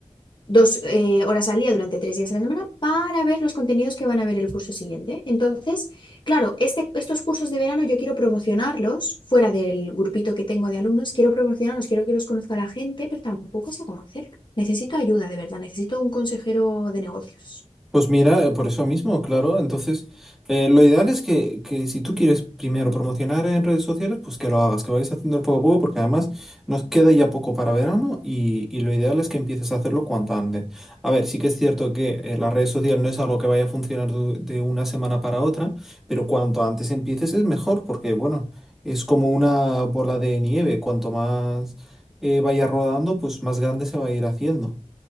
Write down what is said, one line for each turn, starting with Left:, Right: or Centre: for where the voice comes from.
Left: dos eh, horas al día durante tres días a la semana para ver los contenidos que van a ver el curso siguiente. Entonces, claro, este- estos cursos de verano yo quiero promocionarlos fuera del grupito que tengo de alumnos, quiero promocionarlos, quiero que los conozca la gente, pero tampoco sé cómo hacerlo. Necesito ayuda, de verdad, necesito un consejero de negocios.
Centre: Pues mira, eh, por eso mismo, claro. Entonces, eh, lo ideal es que, que si tú quieres primero promocionar en redes sociales, pues que lo hagas, que vayas haciendo poco a poco, porque además nos queda ya poco para verano y, y lo ideal es que empieces a hacerlo cuanto antes. A ver, sí que es cierto que eh, las redes sociales no es algo que vaya a funcionar du- de una semana para otra, pero cuanto antes empieces es mejor, porque bueno, es como una bola de nieve. Cuanto más eh, vaya rodando, pues más grande se va a ir haciendo.